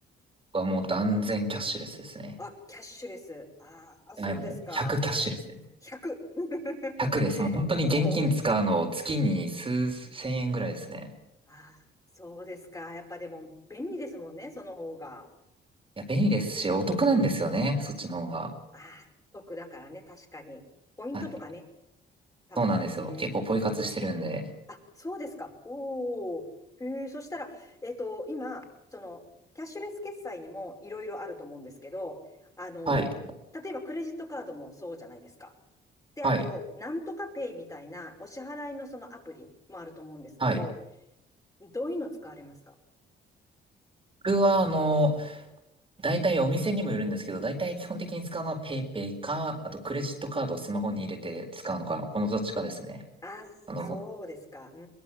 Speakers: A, on the right; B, on the left.
A: 僕はもう断然キャッシュレスですね。
B: あ、キャッシュレス。ああ、
A: はい、
B: そうですか。
A: もう100キャッシュレスです。
B: 100。<laughs>
A: 100です。もう本当に現金使うの月に数千円ぐらいですね。
B: もう、ああ、そうですか。やっぱでも、便利ですもんね、その方が。
A: いや、便利ですし、お得なんですよね。そっちの方が。
B: ああ、得だからね、確かに。ポイントとかね、
A: はい。
B: たまりますしね。
A: そうなんですよ。結構ポイ活してるんで。
B: あ、そうですか。おお。へえ、そしたら、えっと、今、その、キャッシュレス決済にもいろいろあると思うんですけど、あの、
A: はい。
B: 例えばクレジットカードもそうじゃないですか。で、
A: はい。
B: あと、なんとかペイみたいなお支払いのそのアプリもあると思うんですけど、
A: はい。
B: どういうの使われますか
A: 僕は、あの、大体お店にもよるんですけど、大体基本的に使うのは PayPay か、あとクレジットカードをスマホに入れて使うのかな。
B: うん。
A: このどっちかですね。
B: ああ、
A: あの、
B: そうですか。うん